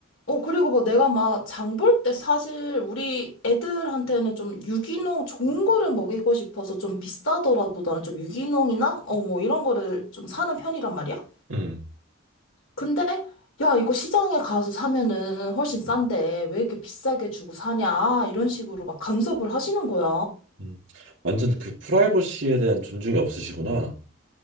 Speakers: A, on the left; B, on the right.
A: 어, 그리고 뭐 내가 막 장 볼 때 사실 우리 애들한테는 좀 유기농 좋은 거를 먹이고 싶어서 좀 비싸더라도 나는 좀 유기농이나, 어, 뭐 이런 거를 좀 사는 편이란 말이야?
B: 음,
A: 근데, 야, 이거 시장에 가서 사면은 훨씬 싼데
B: 음,
A: 왜 이렇게 비싸게 주고 사냐? 이런 식으로 막 간섭을 하시는 거야.
B: 음. 완전 그 프라이버시에 대한 존중이 없으시구나.